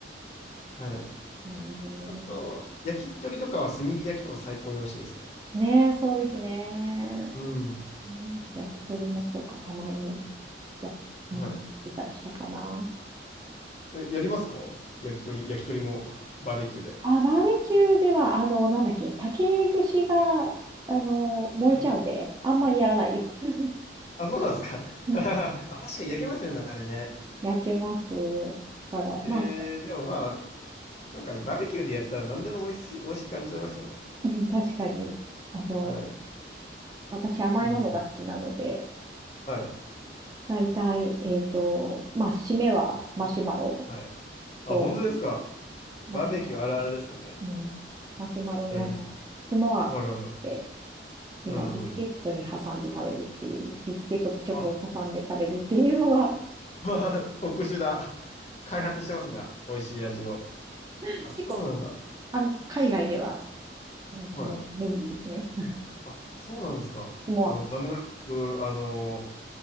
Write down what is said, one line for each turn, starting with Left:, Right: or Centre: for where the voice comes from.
Left: はい。
Right: うん
Left: あと、焼き鳥とかは炭火焼きとか最高に美味しいですね。
Right: ねえ、そうですね。
Left: うん。
Right: うん焼き鳥もそうか、たまに。いや、うん、
Left: はい。
Right: いたりしたかな。
Left: え、やりますか焼き鳥、焼き鳥も <laughs> バーベキューで。
Right: あ、バーベキューでは、あの、なんだっけ、竹串が、あの、燃えちゃうんで、
Left: うん。
Right: あんまりやらないです。<laughs>
Left: あ、そうなんですか。<laughs>
Right: うん
Left: あ、確かに焼けますよね、あれね。
Right: 焼けます。から、
Left: えー、
Right: まあ、
Left: でもまあ、なんかバーベキューでやったら何でも美味しい、美味しく感じちゃいますよね。
Right: うん確かに、あの、
Left: はい。
Right: 私甘いものが好きなので、
Left: うん。はい。
Right: だいたい、えっと、まあ、締めはマシュマロ
Left: はい。あ、
Right: と、
Left: 本当ですか。
Right: マシュマロ、
Left: バーベキューあるあるですよね。
Right: うん、マシュマロにあの、
Left: でもじ、
Right: スモアって
Left: はいはいはい。
Right: 今、
Left: うん。
Right: ビスケットに挟んで食べるっていう、ビスケットとチョコを挟んで食べるっていうのは、
Left: あ、<laughs> 特殊だ。開発してますね。
Right: <laughs>
Left: 美味しい味を。
Right: 結構、
Left: あ、そうなんだ。
Right: あの、海外では人気のメニューですね。
Left: はい。
Right: うん
Left: あ、そうなんですか。
Right: もう、
Left: でも残念なく、僕あの、